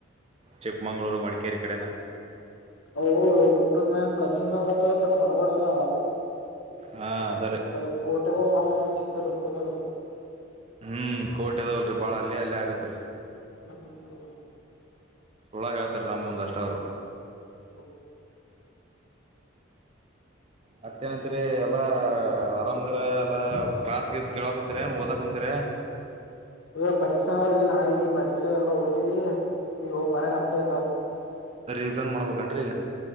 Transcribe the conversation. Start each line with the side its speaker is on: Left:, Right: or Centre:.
Right: ಚಿಕ್ಮಂಗ್ಳೂರು ಮಡಿಕೇರಿ ಕಡೆನ
Left: ಹ ದೊಡ್ಡದ ಮ್ಯಾಗ ಕಲ್ಲಿ ಮ್ಯಾಗ ಅತ್ತವನ್ ಹೊಲಗಡೆಲ್ಲ
Right: ಹಾ ಅದರೆ
Left: ಹ ಕೋಟೆ ಕ ಭಳ ಹ ಚಿತ್ರದುರ್ಗದ
Right: ಹ್ಮ್ ಕೋಟೆ ಆದವಲ್ರಿ ಬಾಳ ಅಲ್ಲೆ ಅಲ್ಲೆ ಆಗತ್ರಿ
Left: ಹ್ಮ್
Right: ಸುಳ್ಳ ಹೇಳ್ತಾರೆ ನಂಮುಂದ್ ಅಷ್ಟ ಅವರು
Left: ಹ್ಮ
Right: ಮತ್ತೇನಂತ್ರಿ ಎಲ್ಲಾ ಆರಾಮದ್ರಾ ಎಲ್ಲಾ ಕ್ಲಾಸ್ ಗೀಸ್ ಕೇಳಕ್ ಕುಂತಿರ ಓದ ಕುಂತಿರ
Left: ಈಗ ಪರೀಕ್ಷಾ ಅವ್ರಿಗೆ ನಾಳೆ ಪರೀಕ್ಷೆ ಎಲ್ಲ ಓದಿವಿ ಈಗ ಹೋಗ ಬರದ ಆಟ್ಟೆ <inaudible>
Right: ರೀಸನ್ ಮಾಡ್ಬೇಕಂಡ್ರಿ